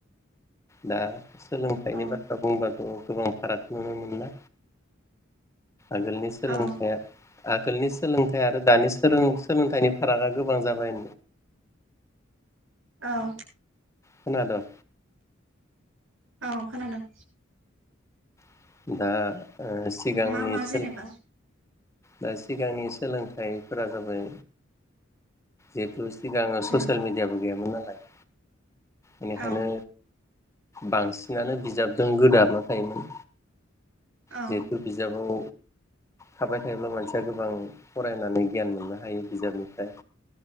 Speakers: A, on the left; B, on the right.
A: दा सोलोंथाइनि
B: औ
A: बाथ्रा बुंबाथ' गोबां फारागखौ नुनो मोनो ना। आगोलनि सोलोंखाया
B: औ
A: आगोलनि सोलोंथाइ आरो दानि सोरों-सोलोंथाइनि फारागा गोबां जाबाय।
B: औ।
A: खोनादों?
B: औ खोनादों।
A: दा ओ सिगांनि
B: मा मा
A: सोल
B: जेनेबा?
A: दा सिगांनि सोलोंथाइफोरा जाबाय जिथु सिगांओ ससियेल
B: उम
A: मिडियाबो गैयामोन नालाय बेनिखायनो।
B: औ
A: बांसिनानो बिजाबजों गोदोहाबना थायोमोन।
B: औ
A: जिहेथु बिजाबाव थाबाय थायोब्ला मानसिया गोबां फरायनानै गियान मोननो हायो बिजाबनिफ्राय।